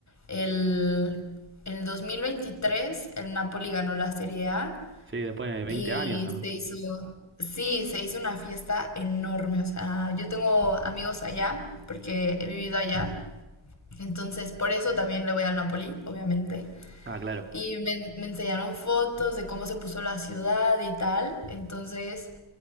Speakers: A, on the left (about 35°); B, on the right (about 25°).
A: el, en el 2023 el Napoli ganó la Serie A
B: Sí, después de 20
A: y
B: años, ¿o no?
A: se hizo, sí, se hizo una fiesta enorme, o sea, yo tengo amigos allá, porque he vivido allá, entonces por eso también le voy al Napoli, obviamente.
B: Ah, claro.
A: Y me, me enseñaron fotos de cómo se puso la ciudad y tal, entonces...